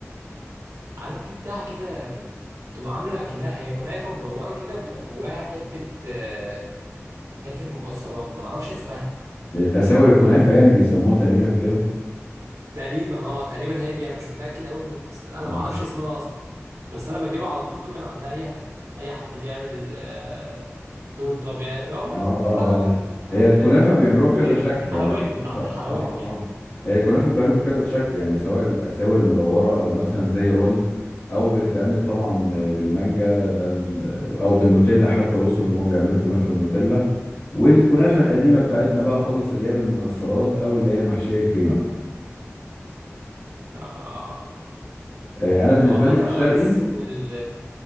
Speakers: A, on the right; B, on the left.
A: عارف في بتاع كده بتبقى عامله اكنها هي كنافه مدوره كده وبيبقى جواها حته آه، حته مكسرات ما اعرفش اسمها
B: اساور الكنافه يعني بيسموها تقريبا كده
A: تقريبا اه تقريبا هي دي انا مش متاكد قوي من اسمها انا
B: اه
A: ما اعرفش اسمها اصلا بس انا بجيبها على طول من عند اي اي حد بيعمل آه، تورته بيع- اللي هم
B: اه اه
A: الحلواني
B: اه
A: الحلواني
B: هي الكنافه بيعملوها
A: المهم
B: بكذا
A: إيه؟
B: شكل
A: الحلواني
B: يعني الكنافه
A: من عند الحلواني
B: اه اه
A: <laughs>
B: هي الكنافه بتتعمل بكذا شكل يعني سواء الاساور المدوره او مثلا زي رول او بتتعمل طبعا بالمانجا ده ال- او بالنوتيلا حتى وصلوا ان هم بيعملوا الكنافه بالنوتيلا والكنافه القديمه بتاعتنا بقى خالص اللي هي بالمكسرات او اللي هي محشيه كريمه
A: اه
B: آه، انا بالنسبه
A: طب عامة
B: لي في الشرقي
A: أنا حاسس إن ال